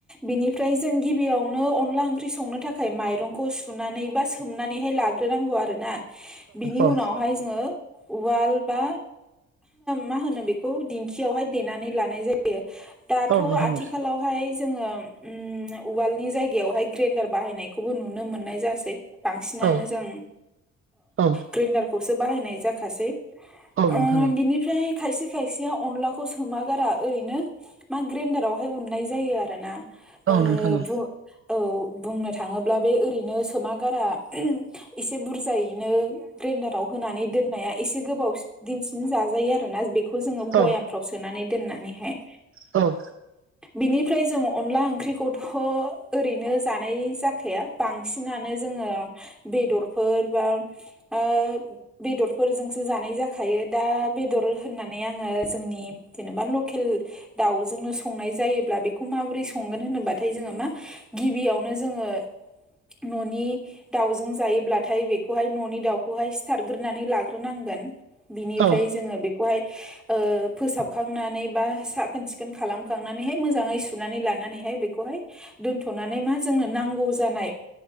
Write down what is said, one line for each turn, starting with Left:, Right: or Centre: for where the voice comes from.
Centre: बिनिफ्राय जों गिबियावनो अनला ओंख्रि संनो थाखाय माइरंखौ सुनानै बा सोमनानैहाय ला ग्रोनांगौ आरोना बिनि
Right: औ
Centre: उनावहाय जोङो उवाल बा मा होनो बेखौ दिंखियावहाय देनानै लानाय जायो दाथ'
Right: औ नोंथां
Centre: आथिखालाव बेहाय जोङो ओम उवालनि जायगायावहाय ग्रेन्डार बाहायनायखौबो नुनो मोननाय जासै बांसिनानो
Right: औ
Centre: जों
Right: औ
Centre: ग्रेन्डारखौसो बाहायनाय जाखासै
Right: औ नोंथां
Centre: ओं बिनिफ्राय खायसे खायसेया अनलाखौ सोमागारा ओरैनो मा ग्रेन्न्दारावहाय उननाय जायो आरो ना ओ
Right: औ नोंथां औ
Centre: औ बुंनो थाङोब्ला बे ओरैनो सोम गारा एसे बुरजायैनो ग्रेनडाराव होनानै दोननाया एसे गोबाव दिनसिम जाजायो आरोोना बे बेखौ जोङो बयामफ्राव
Right: औ
Centre: सोनानै दोननानैहाय
Right: औ
Centre: बिनिफ्राय जों अनला ओंख्रिखौथ' ओरैनो जानाय जाखाया बांसिनानो जोङो बेदरफोर बा ओ बेदरफोरजोंसो जानाय जाखायो दा बेदर होननानै आङो जोंनि जेनेबा लकेल दाउजोंनो संनाय जायो अब्ला बेखौ माबोरै संगोन होनोबाथाय जोङो मा गिबियावनो जोङो न'नि दाउजों जायोब्लाथाय बे बखौहाय न'नि दाउखौहाय सिथारग्रोनानै लाग्रोनांगोन बिनिफ्राय
Right: औ
Centre: जोङो खौहाय ओ फोसाबखांनानै बा साखोन सिखोन खालामखांनानैहाय मोजाङै सुनानै लानानैहाय बेखौहाय दोनथ'नानै मा जोंनो नांगौ जानाय